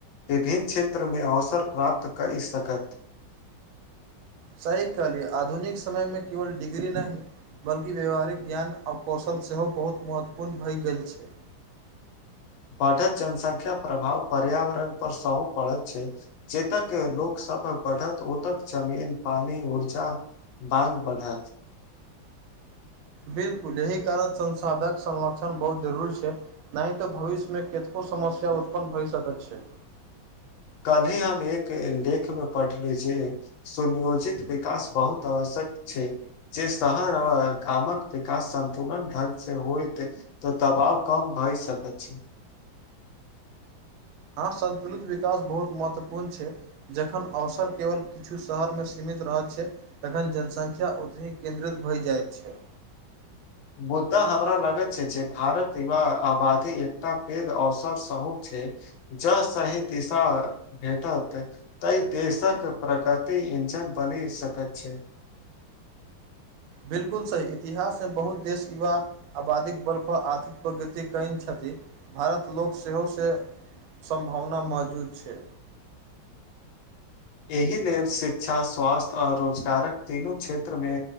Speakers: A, on the left; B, on the right.
A: विभिन्न क्षेत्र में अवसर प्राप्त करि सकत।
B: सह कहलिय आधुनिक समयमे केवल डिग्री नहि। बल्कि व्यावहारिक ज्ञान और कौशल सेहो बहुत महत्वपूर्ण भए गेल छै।
A: बढ़त जनसंख्या प्रभाव पर्यावरण पर सेहो पड़त छै। चेतक लोक सभ। बढ़त ओतक जमीन पानी ऊर्जा मांग बढ़त।
B: बिल्कुल एहि कारण संसाधक संरक्षण बहुत जरुरी छै। नहि तऽ भविष्य मे कतको समस्या उत्पन्न भइ सकैत छै।
A: कल ही हम एक लेखमे पढ़ली जे। सुनियोजित विकास बहुत आवश्यक छै। जे शहर आ गामक विकास सन्तुलन ढंग से होइत। त दबाव कम भए सकत छै।
B: आ संतुलित विकास बहुत महत्वपूर्ण छै। जखन अवसर केवल किछु शहरमे सीमित रहैत छै। तखन जनसंख्या ओतहि केन्द्रित भय जाइत छै
A: मुद्दा हमरा लगत छै। जे भारत विव आबादी एकटा पेद अवसर सेहो छै। ज सही दिशा भेटतै। तइ देशक प्रकारति इंजन बनी सकैत छै।
B: बिल्कूल सही एहस बहुत देश युवा। आबादीक बल पर आर्थिक प्रगति कैन छथि। भारत लोक सेहो से। सम्भावना मौजूद छै।
A: एहि लेल शिक्षा स्वास्थ्य आओर रोजगारक तीनू क्षेत्र मे।